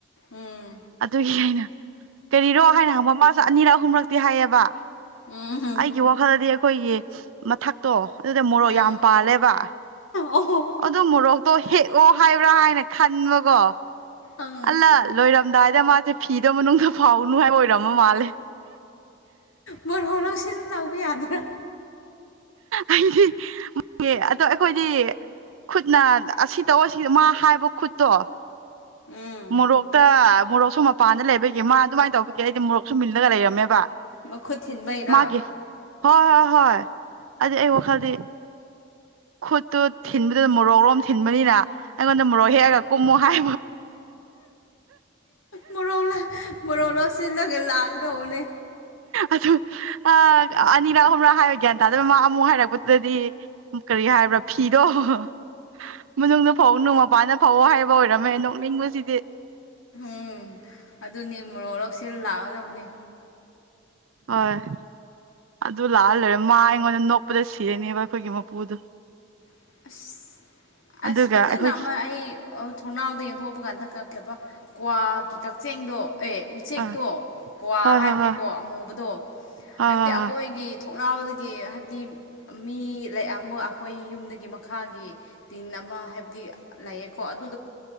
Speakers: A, on the left (about 85°); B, on the right (about 80°).
A: ꯎꯝ
B: ꯑꯗꯨꯒꯤ ꯑ‌ꯩꯅ ꯀꯔꯤꯔꯣ ꯍꯥꯏꯅ ꯍꯪꯕ ꯃꯥꯁꯨ ꯑꯅꯤꯔꯛ ꯑꯍꯨꯝꯂꯛꯇꯤ ꯍꯥꯏꯌꯦꯕ
A: ꯎꯝ ꯎꯝ
B: ꯑꯩꯒꯤ ꯋꯥꯈꯜꯗꯗꯤ ꯑꯩꯈꯣꯏꯒꯤ ꯃꯊꯛꯇꯣ ꯑꯗꯨꯗ ꯃꯣꯔꯣꯛ
A: ꯎꯝ
B: ꯌꯥꯝ ꯄꯥꯜꯂꯦꯕ
A: ꯑꯣ
B: ꯑꯗꯨ ꯃꯣꯔꯣꯛꯇꯣ ꯍꯦꯛꯑꯣ ꯍꯥꯏꯕ꯭ꯔꯥ ꯍꯥꯏꯅ ꯈꯟꯕꯀꯣ
A: ꯑꯪ
B: ꯑꯜꯂ ꯂꯣꯏꯔꯝꯗꯥꯏꯗ ꯃꯥꯁꯦ ꯐꯤꯗꯣ ꯃꯅꯨꯡꯗ ꯐꯥꯎꯅꯨ ꯍꯥꯏꯕ ꯑꯣꯏꯔꯝꯕ ꯃꯥꯜꯂꯦ
A: ꯃꯣꯔꯍꯣꯛ ꯂꯧꯁꯤꯜ ꯂꯧꯕ ꯌꯥꯗ꯭ꯔꫭ
B: ꯑꯩꯗꯤ ꯑꯗꯣ ꯑꯩꯈꯣꯏꯗꯤ ꯈꯨꯠꯅ ꯑꯁꯤ ꯇꯧ ꯑꯁꯤ ꯃꯥ ꯍꯥꯏꯕ ꯈꯨꯠꯇꯣ
A: ꯎꯝ
B: ꯃꯣꯔꯣꯛꯇ ꯃꯣꯔꯣꯛꯁꯨ ꯃꯄꯥꯟꯗ ꯂꯩꯕꯒꯤ ꯃꯥ ꯑꯗꯨꯃꯥꯏꯅ ꯇꯧꯕꯒꯤ ꯑꯩꯗꯤ ꯃꯣꯔꯣꯛꯁꯨ ꯃꯤꯜꯂꯒ ꯂꯩꯔꯝꯃꯦꯕ
A: ꯃꯈꯨꯠ ꯊꯤꯟꯕꯩꯔꯥ
B: ꯃꯥꯒꯤ ꯍꯣꯏ ꯍꯣꯏ ꯍꯣꯏ ꯍꯥꯏꯗꯤ ꯑꯩ ꯋꯥꯈꯜꯗꯤ ꯈꯨꯠꯇꯨ ꯊꯤꯟꯕꯗꯨꯗ ꯃꯣꯔꯣꯛꯂꯣꯝ ꯊꯤꯟꯕꯅꯤꯅ ꯑꯩꯉꯣꯟꯗ ꯃꫭꯔꫭꯛ ꯍ‌ꯦꯛꯑꯒ ꯀꯨꯝꯃꯨ ꯍꯥꯏ
A: ꯃꯣꯔꫭꯛꯂꯥ ꯃꯣꯔꯣꯂꯣ ꯁꯤꯜꯂꯒ ꯂꯥꯛꯀꯩ ꯇꯧꯕꯅꯦ
B: ꯑꯗꯨ ꯑ ꯑꯅꯤꯔꯛ ꯑꯍꯨꯝꯂꯛ ꯍꯥꯏꯌ‌ꯦ ꯒ꯭ꯌꯥꯟ ꯇꯥꯗꯕ ꯃꯥ ꯑꯃꯨꯛ ꯍꯥꯏꯔꯛꯄꯗꯨꯗꯗꯤ ꯀꯔꯤ ꯀꯔꯤ ꯍꯥꯏꯕ꯭ꯔꯥ ꯐꯤꯗꫭ ꯃꯅꯨꯡꯗ ꯐꯧꯅꯨ ꯃꯄꯥꯟꯗ ꯐꯧꯑꯣ ꯍꯥꯏꯕ ꯑꯣꯏꯔꯝꯃꯦ ꯅꯣꯛꯅꯤꯡꯕꯁꯤꯗꯤ
A: ꯎꯝ ꯑꯗꯨꯅꯤ ꯃꯣꯔꯣꯛ ꯂꯧꯁꯤꯜ ꯂꯥꯛꯑꯗꯕꯅꯤ
B: ꯑꫭꯏ ꯑꯗꯨ ꯂꯥꯛꯑ ꯂꯩꯏꯔꯝ ꯃꯥ ꯑꯩꯉꯣꯟꯗ ꯅꯣꯛꯄꯗ ꯁꯤꯅꯦꯕ ꯑꯩꯈꯣꯏꯒꯤ ꯃꯄꯨꯗꯣ
A: ꯑꯁ ꯑꯁ
B: ꯑꯗꯨꯒ
A: ꯐꯖꯅ
B: ꯑꯩꯈꯣꯏꯒꯤ
A: ꯑꯃ ꯑꯩ ꯊꯣꯡꯅꯥꯎꯗ ꯌꯦꯟꯊꯣꯛꯄ ꯀꯥꯟꯗ ꯀꯥꯀꯦꯕ ꯀ꯭ꯋꯥꯒꯤ ꯀꯛꯆ‌ꯦꯡꯗꯣ ꯑꯦ ꯎꯆꯦꯛꯇꯣ
B: ꯑꯥ
A: ꯀ꯭ꯋꯥ
B: ꯍꯣꯏ
A: ꯍꯥꯏꯕꯅꯤꯀꯣ
B: ꯍꯣꯏ ꯍꯣꯏ
A: ꯑꯃꯨꯕꯗꯣ
B: ꯍꯣꯏ
A: ꯍꯥꯏꯕꯗꯤ
B: ꯍꯣꯏ
A: ꯑꯩꯈꯣꯏꯒꯤ
B: ꯍꯣꯏ
A: ꯊꯣꯡꯅꯥꯎꯗꯒꯤ ꯍꯥꯏꯕꯗꯤ ꯃꯤ ꯂꯩ ꯑꯃ ꯑꯩꯈꯣꯏ ꯌꯨꯝꯗꯒꯤ ꯃꯈꯥꯒꯤ ꯇꯤꯟ ꯑꯃ ꯍꯥꯏꯕꯗꯤ ꯂꯩꯌꯦꯀꯣ ꯑꯗꯨ